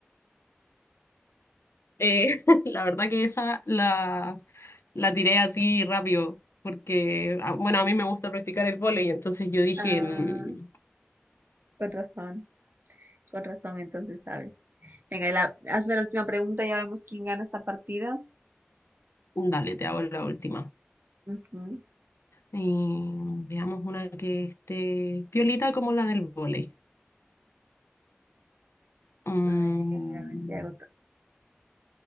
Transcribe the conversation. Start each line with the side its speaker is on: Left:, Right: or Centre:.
Left: Eh, <laughs> la verdad que esa la, la tiré así rápido, porque, ah, bueno, a mí me gusta practicar el vóley, entonces yo dije,
Right: Ah,
Left: "Mm,
Right: con razón, con razón, entonces sabes. Venga, y la- hazme la última pregunta, ya vemos quién gana esta partida.
Left: dale, te hago la última.
Right: Ujú.
Left: Y veamos una que esté piolita como la del vóley. Mm,
Right: A ver, a ver si hago to-